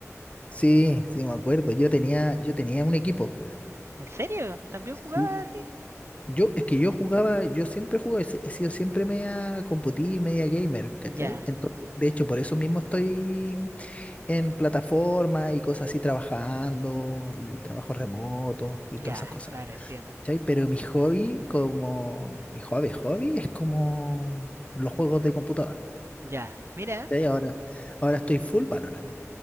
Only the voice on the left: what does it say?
Sí, sí, me acuerdo. Yo tenía, yo tenía un equipo.
Sí.
Yo, es que yo jugaba, yo siempre jugué, he si, he sido siempre media computí, media gamer, ¿cachai?
Entonces, de hecho, por eso mismo estoy en plataforma y cosas así trabajando y trabajos remotos y
todas esas cosas.
¿cachai? Pero mi hobby, como mi hobby, hobby, es como los juegos de computador.
¿cachai? Ahora, ahora estoy full Valorant.